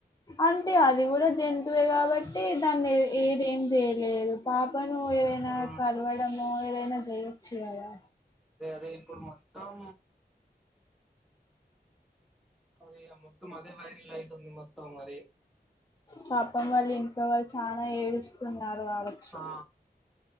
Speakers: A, on the left; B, in the centre.
A: అంటే అది గుడ జంతువే గాబట్టీ దాన్నే ఏదేం జేయలేదు పాపనూ ఏదైనా
B: ఆ
A: కరవడమో ఏదైనా చేయొచ్చు కదా
B: అదే అదే ఇప్పుడ్ మొత్తం అదే ఇగ మొత్తం అదే వైరిల్ అయితుంది మొత్తం మరీ
A: పాపం వాళ్లింట్లో వాళ్ చానా ఏడుస్తున్నార్ గావొచ్చు
B: ఆ